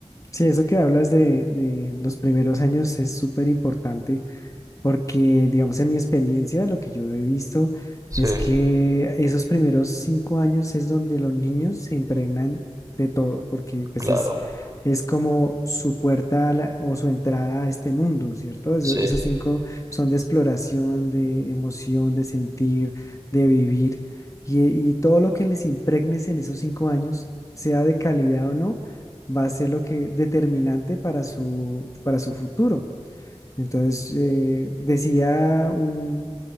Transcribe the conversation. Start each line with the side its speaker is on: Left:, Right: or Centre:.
Left: Sí, eso que hablas de, de los primeros años es súper importante Porque, digamos, en mi experiencia, lo que yo he visto
Right: Sí,
Left: es que esos primeros cinco años es donde los niños se impregnan de todo, porque pues
Right: claro,
Left: es, es como su puerta a la- o su entrada a este mundo, ¿cierto? Eso-
Right: sí.
Left: esos cinco son de exploración, de emoción, de sentir, de vivir, y, y todo lo que les impregnes en esos cinco años, sea de calidad o no, va a ser lo que determinante para su, para su futuro. Entonces, eh, decía un,